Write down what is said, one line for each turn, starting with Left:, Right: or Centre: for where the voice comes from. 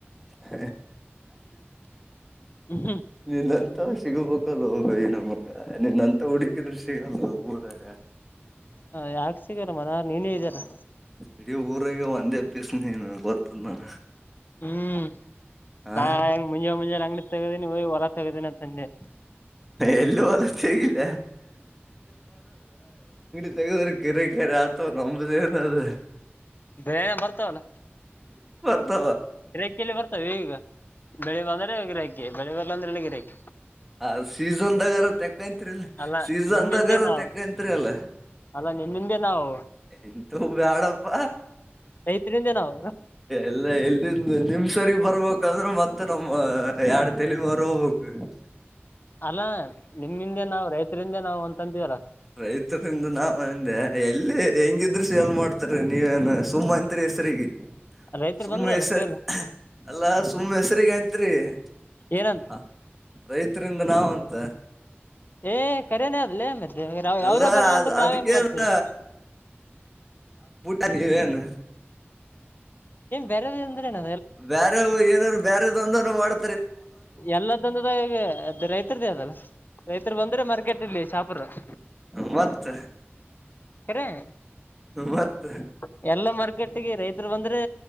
Centre: ಹ
Left: ಹ್ಮ್
Centre: ನಿನ್ನ ಸಿಗಬೇಕಲ್ಲ ಬೈ ನಮ ನಿನ್ನಂತ ಹುಡುಕಿದ್ರೂ ಸಿಗಲ್ಲ ಊರಾಗ
Left: ಹ ಯಾಕ ಸಿಗಲ್ಲ ಮಾರಾಯ ನೀನೇ ಇದಿಯಲ್ಲ
Centre: ಇಡೀ ಊರಗ ಅಂತ ಅಪ್ಪೇಸ ನನು ಗೊತ್ತದ ನನಗ
Left: ಹ್ಮ್
Centre: ಆ
Left: ನಾಂಗ್ ಮುಂಜಾ ಮುಂಜಾನೆ ಅಂಗಡಿ ತೆಗದೀನಿ ಹಯಿ ಹೊರ ತೆಗದೀನ ಅಂದೇ
Centre: ಎಲ್ಲಿ ಹೊಲ ತೆಗಿಲ್ಯ ೆಗೆರು ಗಿರೆ ಕರೆ ಆತವ ನಂಬದೇ ಏನ ಅದು
Left: ಬೇ ಬರ್ತವಲ್ಲ
Centre: ಹತ್ತ
Left: ಎಲ್ಲಿ ಬರ್ತಾವ ಈಗ ಬೆಳಿ ಬಂದ್ರ ಗಿರಿಕೆ ಬೆಳೆದಲ್ಲ ಅಂದ್ರೆ ಗಿರೇಕೆ
Centre: ಅ ಸೀಸನ್ದಾಗಾರ ತೆಕ್ಕತ್ರಿಲ್ಲ
Left: ಅಲ್ಲ
Centre: ಸೀಸನ್ದಾಗಾರ
Left: ನಿಮ್ಮಿಂದೆ ನಾವು
Centre: ತೆಕ್ಕತ್ರಿ ಅಲ್ಲ
Left: ಅಲ್ಲ ನಿಮ್ಮಿಂದೆ ನಾವು
Centre: ಎಂತು ಬ್ಯಾಡಪ್ಪ
Left: ರೈತರಿಂದ ನಾವು
Centre: ಎಲ್ಲ ಎಲ್ಲಿಂದ ನಿಮ್ ಸರಿ ಬರ್ಬೇಕಾದ್ರೆ ಮತ್ತತ್ ನಮ್ಮ ಎರಡ್ ತಲಿ ಮಾರ ಹೋಗ್ಬೇಕು
Left: ಅಲ್ಲಾ ನಿಮ್ ಹಿಂದೆ ಅಲ್ ನಾವ್ ರೈತರ್ ಹಿಂದೆ ನಾವು ಅಂತ್ ತೀರಾ
Centre: ರೈತರಿಂದ ನಾವ ಅಂದೆ ಎಲ್ಲಿ ಹೆಂಗಿದ್ರು ಸೇಲ್ ಮಾಡ್ತಾರ ನೀವೇನು ಸುಮ್ಮ ಅತ್ರಿ ಹೆಸ್ರರಿಗೆ
Left: ರೈತರು
Centre: ಸುಮ್ನೆ
Left: ಬಂದ್ರಲ್ಲ
Centre: ಹೆಸರು
Left: ಸೇಲ್
Centre: ಅಲ್ಲಾ ಸುಮ್ನೆ ಹೆಸ್ರರಿಗೆ ಅತ್ರಿ <unintelligible>
Left: ಏನಂತ
Centre: ರೈತರಿಂದ ನಾವಂತ
Left: ಹೆ ಖರೇನ ಲೆ ಅದ್ ಮತ್ ರಾವ್
Centre: ಅಲ್ಲ
Left: ಅವ್ರೆ ಬರ್ಲಿಲ್ಲ
Centre: ಅದ್
Left: ಅಂದ್ರೆ ನಾವ
Centre: ಅದಕ್ಕೇನ್
Left: ಹೆಂಗ ಮಾಡ್ತೀವಿ <inaudible>
Centre: ಹ ನೇನು
Left: ಬೇರೆದ ಅಂದ್ರೆ ಏನು
Centre: ಬೇರೆ ಏನಾದ್ರು ಬೇರೆದ ಅಂದನ ಮಾಡ್
Left: ಎಲ್ಲ ತಂದದ ಈ ರೈತರ್ದೇ ಅದಲ್ಲ ರೈತರು ಬಂದ್ರೆ ಮಾರ್ಕೆಟ್ ಇಲ್ಲಿ ಶಾಪರು <inaudible>
Centre: ಮತ್ತ
Left: ಕರೆ <inaudible>
Centre: ಮತ್ತ
Left: ಎಲ್ಲ ಮಾರ್ಕೆಟ್ ಗೆ ರೈತರು ಬಂದ್ರೆ